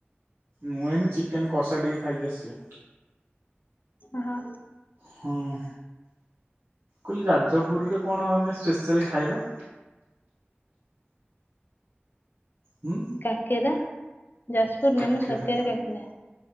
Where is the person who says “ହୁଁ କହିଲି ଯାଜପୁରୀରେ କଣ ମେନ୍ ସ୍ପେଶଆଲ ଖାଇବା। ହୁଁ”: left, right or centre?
Right